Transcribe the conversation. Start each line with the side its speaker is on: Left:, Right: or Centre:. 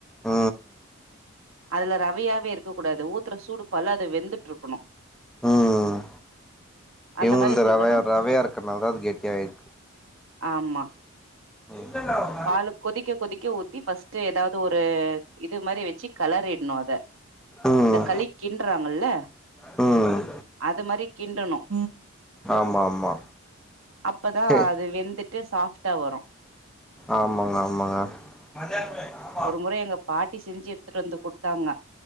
Centre: ஆ
Right: அதுல ரவையாவே இருக்க கூடாது ஊத்துற சூடு பால்ல அது வெந்துட்ருக்கணு
Centre: ம்
Right: அந்த
Centre: இந்த
Right: மாரி செஞ்சோன்னா
Centre: ரவ ரவையா இருக்கிறதுனால தா அது கெட்டியாயிருது
Right: ஆமா
Centre: ம்
Right: பாலு கொதிக்க கொதிக்க ஊத்தி பஃர்ஸ்ட்டு ஏதாது ஒரு இது மாரி வச்சு கலரிட்ணு அத
Centre: ம்
Right: இந்த களி கின்றாங்கல்ல
Centre: ம்
Right: அது மாரி கிண்டணும்
Centre: ஆமா ஆமா
Right: அப்பதான்
Centre: சே
Right: அது வெந்துட்டு சாஃப்ட்டா வரும்
Centre: ஆமாங்க ஆமாங்க மத எப்பனா
Right: ஒரு முறை எங்க பாட்டி செஞ்சு எடுத்துட்டு வந்து குடுத்தாங்க